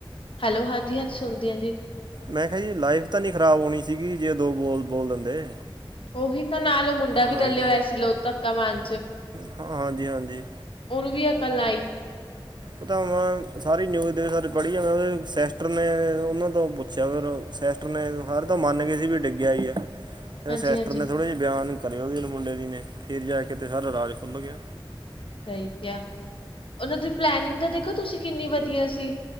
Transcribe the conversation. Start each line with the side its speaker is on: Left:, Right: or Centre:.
Left: ਹੈਲੋ ਹਾਂਜੀ ਹਾਂਜੀ ਸੁਣਦੀ ਹਾਂ ਜੀ।
Right: ਮੈਂ ਕਿਹਾ ਜੀ ਲਾਈਫ ਤਾਂ ਨਹੀਂ ਖ਼ਰਾਬ ਹੋਣੀ ਸੀਗੀ ਜੇ ਦੋ ਬੋਲ ਬੋਲ ਦਿੰਦੇ।
Left: ਉਹੀ ਤਾਂ ਨਾਲ ਉਹ ਮੁੰਡਾ ਵੀ
Right: ਹਾਂਜੀ
Left: ਰਲਿਆ ਹੋਇਆ ਸੀ, ਲੋ ਧੱਕਾ ਮਾਰਨ ਚ।
Right: ਹ ਹਾਂਜੀ -ਹਾਂਜੀ।
Left: ਉਹਨੂੰ ਵੀ ਅਕਲ ਆਈ
Right: ਉਹ ਤਾਂ ਮੈਂ, ਸਾਰੀ ਨਿਊਜ਼ ਦੇਵ ਪੜ੍ਹੀ ਆ ਮੈਂ ਉਹ ਸੈਸਟਰ ਨੇ ਉਹਨਾਂ ਤੋਂ ਪੁੱਛ ਅੱਛਾ ਫਿਰ ਸੈਸਟਰ ਨੇ, ਹਰ ਤਾਂ ਮੰਨ ਕੇ ਸੀ ਵੀ ਡਿੱਗਿਆ ਹੀ ਆ। ਫਿਰ
Left: ਹਾਂਜੀ
Right: ਸਿਸਟਰ
Left: ਹਾਂਜੀ
Right: ਨੇ ਥੋੜ੍ਹੇ ਜਿਹੇ ਬਿਆਨ ਕਰੇ ਉਹਦੇ ਮੁੰਡੇ ਦੀ ਨੇ, ਫਿਰ ਜਾ ਕੇ ਅਤੇ ਸਾਰਾ ਰਾਜ ਖੁੱਲ੍ਹ ਗਿਆ।
Left: ਸਹੀ ਕਿਹਾ ਹੈ, ਉਹਨਾਂ ਦੀ ਪਲੈਨਿੰਗ ਤਾਂ ਦੇਖੋ ਤੁਸੀਂ ਕਿੰਨੀ ਵਧੀਆ ਸੀ।